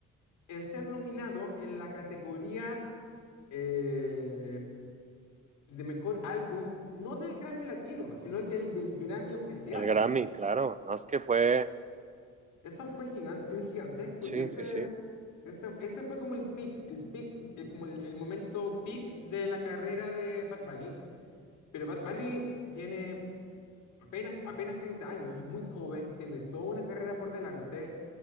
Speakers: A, on the left (about 90°); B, on the right (about 25°).
A: en ser nominado en la categoría eh, de mejor álbum, no del Grammy Latino, sino que el del Grammy oficial.
B: Del Grammy, claro. No es que fue.
A: Eso fue gigan- fue gigantesco
B: Sí,
A: y ese,
B: sí, sí.
A: ese, ese fue como el peak, el peak, el- como el, el momento peak de la carrera de Bad Bunny. Pero Bad Bunny tiene apenas, apenas 30 años, es muy joven, tiene toda una carrera por delante.